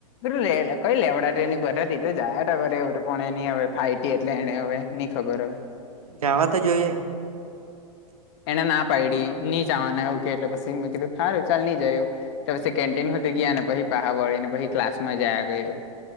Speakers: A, on the left; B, on the right.
A: બધું લે, કઈ લેવડાટેની બધા તે તો જાયા તો કરે એવું તો પણ એની અવે ફાઇટ ફાયટી એટલે એને અવે ની ખબર અવે.
B: જવા તો જોઈએ.
A: એને ના પાડી ની જવાના એવું કેય એટલે પસી મે કીધું હારું ચાલ ની જાય એવું. તો પસી કેન્ટીન હુધી ગીયા ને પહા વળી ને પછી ક્લાસ માં જાયા કયરુ.